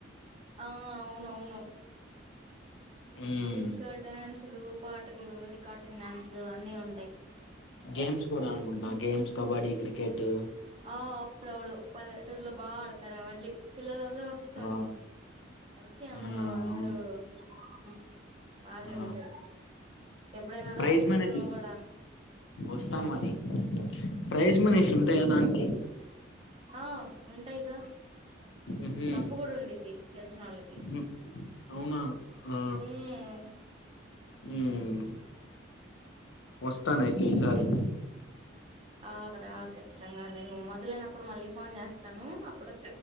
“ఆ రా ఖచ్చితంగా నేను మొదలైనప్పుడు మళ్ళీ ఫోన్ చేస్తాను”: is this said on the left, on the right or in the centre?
Right